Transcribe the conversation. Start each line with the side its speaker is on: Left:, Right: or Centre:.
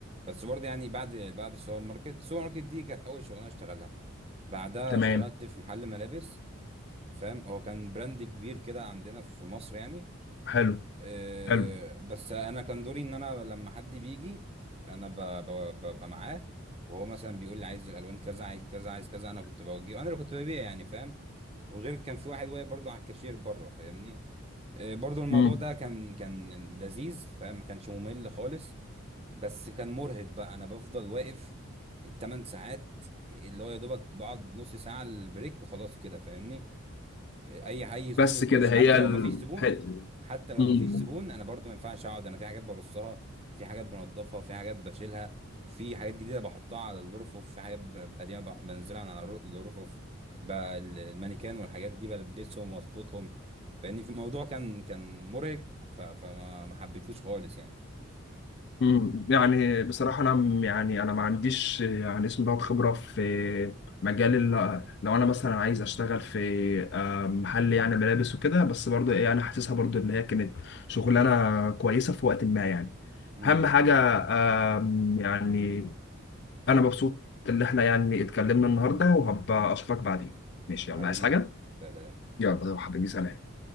Right: بس برضه يعني بعد بعد السوبر ماركت السوبر ماركت دي كانت اول شغلانه اشتغلها بعدها
Left: تمام
Right: اشتغلت في محل ملابس فاهم هو كان براند كبير كده عندنا في مصر يعني
Left: حلو
Right: آه،
Left: حلو
Right: بس انا كان دوري ان انا لما حد بيجي انا ب- ب- ببقى معاه وهو مثلا بيقول لي عايز الالوان كذا عايز كذا عايز كذا انا كنت بوجهه انا اللي كنت ببيع يعني فاهم وغير كان في واحد واقف برضه على الكاشير بره فاهمني آه، برضه الموضوع
Left: امم
Right: ده كان كان لذيذ فاهم ما كانش ممل خالص بس كان مرهق بقى انا بفضل واقف الثمان ساعات اللي هو يا دوبك بقعد نص ساعة البريك وخلاص كده فاهمني اي اي زبون
Left: بس
Right: يخش
Left: كده
Right: حتى
Left: هي
Right: لو
Left: ال...
Right: ما فيش زبون
Left: هي...
Right: حتى لو
Left: مم.
Right: ما فيش زبون انا برضو ما ينفعش اقعد انا في حاجات برصها في حاجات بنضفها في حاجات بشيلها في حاجات جديده بحطها على الرفوف في حاجات ب- قديمه بح- بنزلها على الر- الرفوف بقى ال- المانيكان والحاجات دي بلبسهم واظبطهم فاني في الموضوع كان كان مرهق ف- فما ما حبيتهوش خالص يعني
Left: مم. يعني بصراحة أنا م- يعني أنا ما عنديش يعني اسم ده خبرة في مجال ال... لو أنا مثلا عايز أشتغل في آه، محل يعني ملابس وكده بس برضه إيه أنا حاسسها برضه إن هي كانت شغلانة كويسة في وقت ما يعني
Right: امم
Left: أهم حاجة آم، يعني أنا مبسوط إن إحنا يعني اتكلمنا النهاردة وهبقى أشوفك بعدين ماشي يلا
Right: حبيبي
Left: عايز حاجة؟
Right: سلام
Left: يلا يا حبيبي سلام